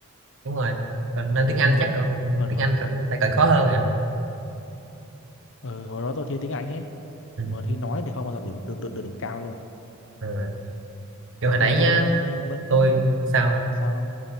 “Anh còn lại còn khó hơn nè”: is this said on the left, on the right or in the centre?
Right